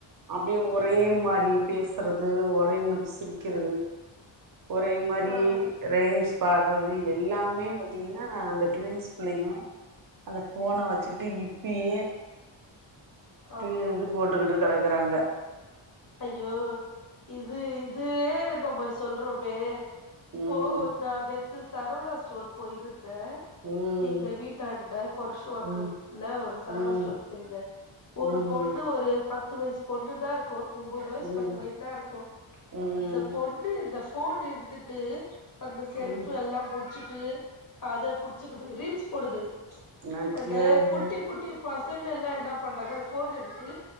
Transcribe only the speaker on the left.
ஆ
ஆமா
ஐயோ இது இது ம்மோ போய் சொல்றவே
போகு இந்த ட்டேத் த்து சரவணா ஸ்டோர் போயிருந் ந்த
எங்க வீட்டாண்ட பொருஷ்வாக்கம்ல
ஒரு சரவணா
ஷ்டோர் போயிருந்தே ஒரு
பொண்ணு ஒரு பத் பத்து வயசு பொண்ணுதா இருக்கு ஒன்போது வயசு
பத்து வயசுதா இருக்கு
அந்த பொண்ணு இந்த போன் எடுத்துட்டு அந்த செருப்பு
எல்லா புடுச்சு ட்டு அத புடிச்சுக்குது ரீல்ஸ் போடுது
அந்த
குட்டி குட்டி பசங்க எல்லா என்ன பண்ராங்க அந்த போன் எடுத்து